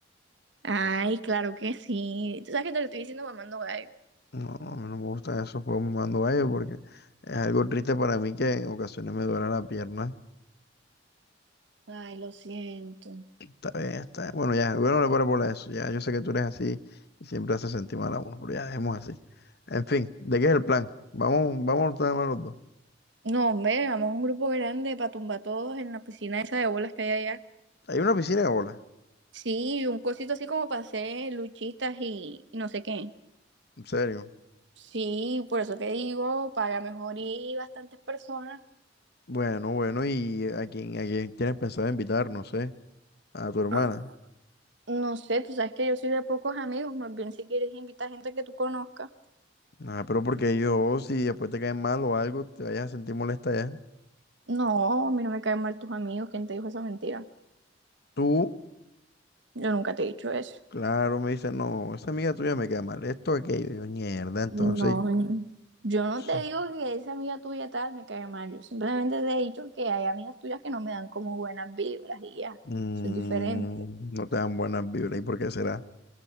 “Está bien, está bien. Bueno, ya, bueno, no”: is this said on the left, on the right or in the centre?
Left